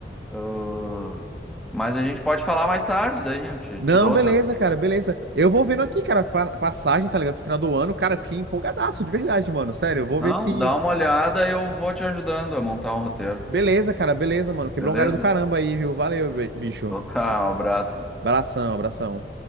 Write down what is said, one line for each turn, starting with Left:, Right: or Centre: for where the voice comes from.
Centre: ah, mas a gente pode falar mais tarde daí, eu te,
Right: Não,
Centre: te dou
Right: beleza,
Centre: outras dicas.
Right: cara, beleza. Eu vou vendo aqui, cara, pa- passagem, tá ligado? Pro final do ano, cara, eu fiquei empolgadaço, de verdade, mano. Sério, eu vou
Centre: Não,
Right: ver se.
Centre: dá uma olhada e eu vou te ajudando a montar um roteiro,
Right: Beleza, cara, beleza, mano. Quebrou
Centre: beleza?
Right: um galho do caramba aí, viu? Valeu, be- bicho.
Centre: Então tá, um abraço.
Right: Abração, abração.